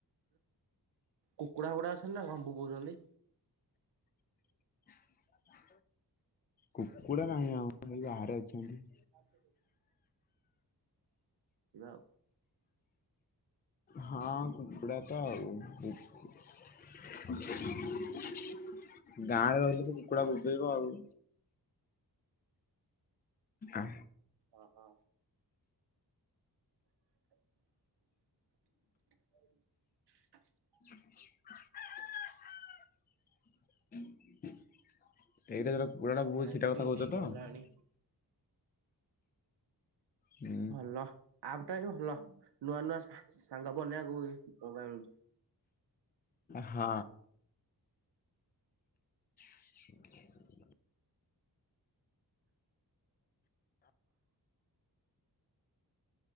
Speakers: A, on the right; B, on the left.
A: କୁକୁଡା ଗୁରା ଅଛନ୍ତି ନା କଣ ବୋବଉଚନ୍ତି?
B: <inaudible> କୁକୁଡ଼ା ନାହିଁ ଆମର ଏଇ ବାହାରେ ଅଛନ୍ତି।
A: <inaudible> ଏଇଆ ଆଉ।
B: ହଁ କୁକୁଡ଼ା ତ ଆଉ ବୁକୁ ଗାଁରେ ରହିଲେ ତ କୁକୁଡା ବୋବେଇବ ଆଉ। ଆଁ
A: ଅହଁ। <unintelligible>
B: <unintelligible> ଏଇଟା କୁକୁଡ଼ା ଟା ବୋବୋଉଚି ସେଟା କଥା କହୁଚ
A: ଟାଇମ ବି
B: ତ
A: ହେଇଗଲାଣି
B: ହୁଁ
A: ଭଲ ଆପ୍ ଟା ବି ଭଲ ନୂଆ ନୂଆ ସା-ସାଙ୍ଗ ବନେଇବାକୁ ବି ମୋଉକା ମିଳୁଚି।
B: ହଁ। <inaudible>